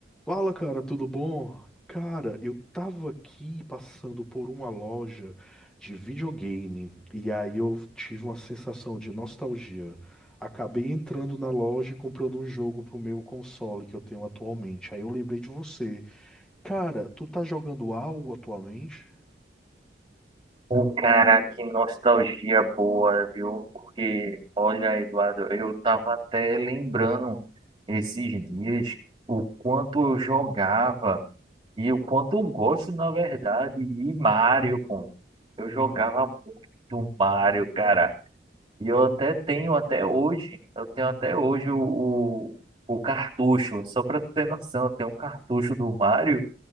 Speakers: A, in the centre; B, on the right (about 30°).
A: Fala, cara, tudo bom? Cara, eu tava aqui passando por uma loja de videogame e aí eu tive uma sensação de nostalgia. Acabei entrando na loja e comprando um jogo pro meu console que eu tenho atualmente. Aí eu lembrei de você. Cara, tu tá jogando algo atualmente?
B: Pô, cara, que nostalgia boa, viu? Porque, olha, Eduardo, eu tava até lembrando esses dias o quanto eu jogava e o quanto eu gosto, na verdade, de Mario, pô. Eu
A: Uhum.
B: jogava muito Mario, cara. E eu até tenho até hoje, eu tenho até hoje o, o, o cartucho, só pra tu ter noção, eu tenho um cartucho do Mario.